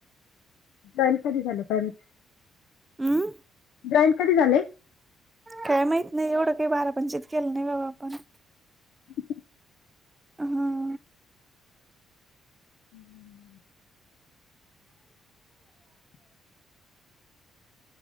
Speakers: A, on the left (about 85°); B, on the right (about 20°).
A: जॉईन कधी झाल काय माहित?
B: हम्म.
A: जॉईन कधी झाले
B: काय माहित नाही एवढं काही बारापणंचित केलं नाही बाबा आपण.
A: ब.
B: हां.
A: आवाज आवाज